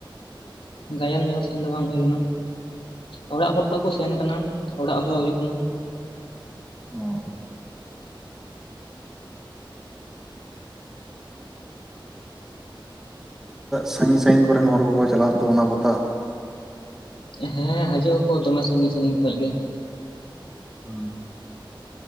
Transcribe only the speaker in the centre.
ᱚ ᱥᱟᱜᱤᱧ ᱥᱟᱜᱤᱧ ᱠᱚᱨᱮᱱ ᱦᱚᱲ ᱠᱚᱠᱚ ᱪᱟᱞᱟᱜᱼᱟ ᱛᱚ ᱚᱱᱟ ᱯᱟᱛᱟ
ᱦᱮᱸ